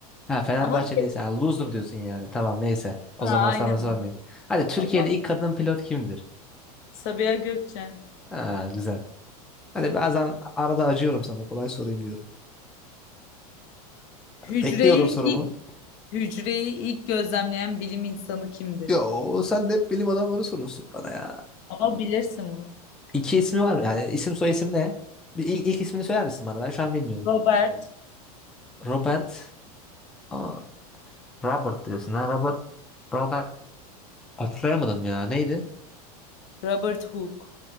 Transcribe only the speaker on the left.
Ama şey,
ha,
aynen.
Allah.
Sabiha Gökçen.
Hücreyi
ilk hücreyi ilk gözlemleyen bilim insanı kimdir?
Ama bilirsin bunu.
Robert,
Robert Hooke.